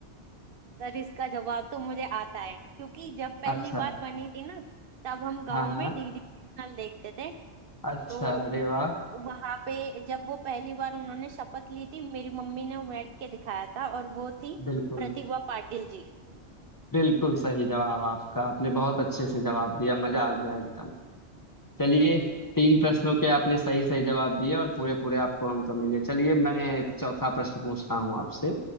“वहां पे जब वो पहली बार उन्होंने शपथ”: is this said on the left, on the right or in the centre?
Right